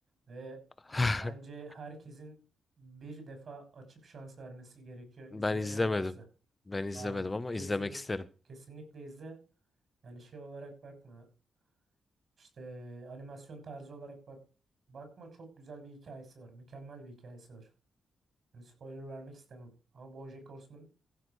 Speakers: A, on the right; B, on the left.
A: Ve
B: <laughs>
A: bence herkesin bir defa açıp şans vermesi gerekiyor izlemeyen
B: Ben izlemedim.
A: varsa.
B: Ben izlemedim
A: Abi
B: ama
A: kesinlik
B: izlemek isterim.
A: kesinlikle izle. Yani şey olarak bakma. İşte animasyon tarzı olarak bak. Bakma çok güzel bir hikayesi var. Mükemmel bir hikayesi var. Yani spoiler vermek istemem. Ama BoJack Horseman